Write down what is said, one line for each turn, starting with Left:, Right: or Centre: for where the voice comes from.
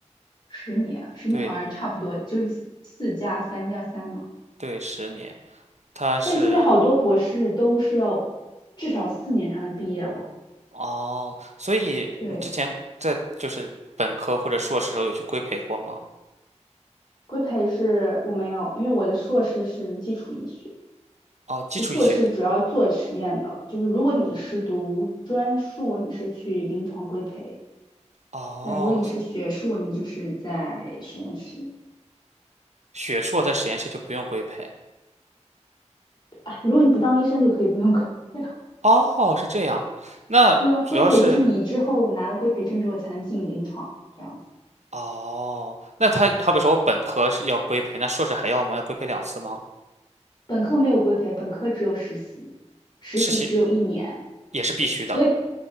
Left: 十年，十年好像差不多，
Right: 对
Left: 就是四四加三加三嘛。
Right: 对，十年，他是
Left: 但是现在好多博士都是要至少四年才能毕业了。
Right: 哦，所以你之前在就是本科或者硕士时候有去规培过吗？
Left: 对，规培是我没有，因为我的硕士是基础医学，
Right: 哦，基础医学
Left: 就硕士主要做实验的。就是如果你是读专硕，你是去临床规培；
Right: 哦，
Left: 但如果你是学硕，你就是在实验室。
Right: 学硕在实验室就不用规培
Left: 啊，如果你不当医生，就可以不用规。培。<laughs>
Right: 哦，是这样。那主要是
Left: 对啊，规培就是你之后拿了规培证之后才能进临床，这样子。
Right: 哦，那他好比说我本科是要规培，那硕士还要吗？要规培两次吗？
Left: 本科没有规培，本科只有实习，实习只有一年，
Right: 实习也是必须的。
Left: 规